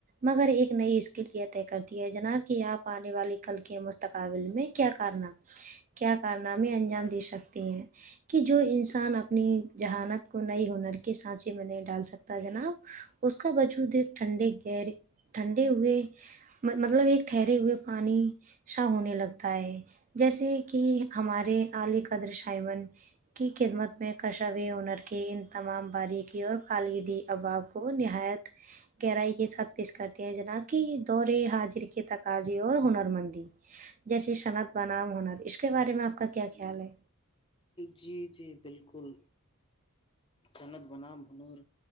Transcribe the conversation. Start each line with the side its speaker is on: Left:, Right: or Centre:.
Right: مگر ایک نئی اسکل یہ طے کرتی ہے جناب کہ آپ آنے والے کل کے مستقبل میں کیا کرنا ہے کیا کارنامے انجام دے سکتی ہیں کہ جو انسان اپنی ذہانت کو نئی ہنر کے سانچے میں نہیں ڈال سکتا جناب اس کا وجود ایک ٹھنڈے گرے ٹھنڈے ہوئے مطلب ایک ٹھہرے ہوئے پانی شاہ ہونے لگتا ہے جیسے کہ ہمارے علی قدر شائمن کی خدمت میں کشو ہنر کے ان تمام باریکی اور خالدی اباب کو وہ نہایت گہرائی کے ساتھ پیش کرتے ہیں جناب کہ دورے حاضر کے تقاضے اور ہنر مندی جیسی صنعت بنام ہنر اس کے بارے میں آپ کا کیا خیال ہے
Left: جی جی بالکل سنت بنام ہنور